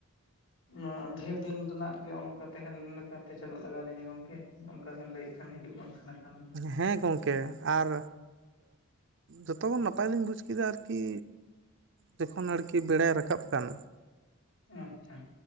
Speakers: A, on the left (about 60°); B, on the right (about 55°).
A: ᱩᱝᱟ ᱰᱷᱮᱨ ᱫᱤᱱ ᱨᱮᱱᱟᱜ ᱜᱮ, ᱚᱱᱠᱟ ᱛᱮᱦᱮᱱ ᱞᱮᱠᱟᱛᱮ ᱪᱟᱞᱟᱜ ᱞᱟᱜᱟᱣ ᱞᱤᱧᱟᱹ ᱜᱚᱝᱠᱮ᱾ ᱚᱱᱠᱟ ᱵᱮᱱ ᱞᱟᱹᱭᱮᱜ ᱠᱷᱟᱱ, ᱦᱤᱡᱩᱜ ᱵᱟᱝ ᱱᱟᱜ ᱠᱷᱟᱱ ᱫᱚ
B: ᱦᱮᱸ, ᱜᱚᱝᱠᱮ ᱟᱨ ᱟᱹᱵ <inaudible> ᱛᱚ ᱱᱟᱯᱟᱭ ᱞᱤᱧ ᱵᱩᱡᱽ ᱠᱮᱫᱟ ᱟᱨᱠᱤ, ᱡᱚᱠᱷᱚᱱ ᱟᱲᱠᱤ ᱵᱮᱲᱟᱭ ᱨᱟᱠᱟᱵ ᱠᱟᱱ᱾
A: ᱟᱸᱪᱪᱷᱟ᱾